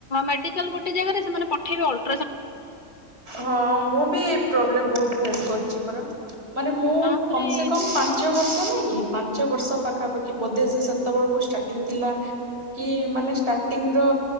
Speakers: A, on the left (about 40°); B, on the right (about 50°).
A: ମେଡିକାଲ ଗୋଟେ ଜାଗାରେ ସେମାନେ ପଠେଇବେ ଅଲଟ୍ରା
B: ହଁ ମୁଁ ବି ଏ ପ୍ରୋବ୍ଲେମ ବହୁତ ଫେସ୍ କରି ଅଛି ପରା। ମାନେ ମୁଁ
A: ତାପରେ
B: କମ ସେ କମ ପାଞ୍ଚ ବର୍ଷ ନାଇଁ କି ପାଞ୍ଚ ବର୍ଷ ପାଖାପାଖି ବୋଧେ ସେ ସେତେବେଳକୁ ଷ୍ଟାର୍ଟିଂ ଥିଲା କି ମାନେ ଷ୍ଟାର୍ଟିଂ ର